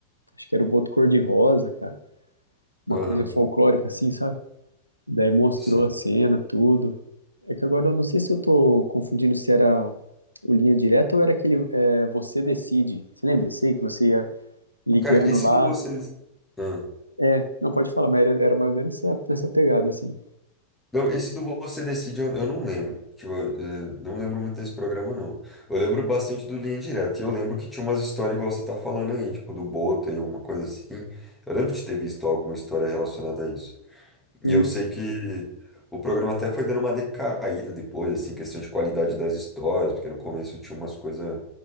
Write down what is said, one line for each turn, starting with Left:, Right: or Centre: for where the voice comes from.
Right: acho que era o Boto Cor-de-Rosa, cara, uma
Centre: aham,
Right: coisa folclórica, assim, sabe? Daí mostrou
Centre: sim.
Right: a cena, tudo. É que agora eu não sei se eu tô confundindo se era o Linha Direta ou era aquele é, Você Decide. Você lembra? Sei que você ia ligando
Centre: Cara, esse
Right: lá.
Centre: do vocês. Ah.
Right: É, não pode falar, mas era, era mais ou menos nessa, nessa pegada, assim.
Centre: Não, esse do Você Decide eu, eu não lembro. Tipo, eu, eh, não lembro muito desse programa, não. Eu lembro bastante do Linha Direta. E eu lembro que tinha umas histórias igual você tá falando aí, tipo, do Bota e alguma coisa assim. Eu lembro de ter visto alguma história relacionada a isso.
Right: E
Centre: E eu sei que o programa até foi dando uma decaída depois, assim, questão de qualidade das histórias, porque no começo tinha umas coisas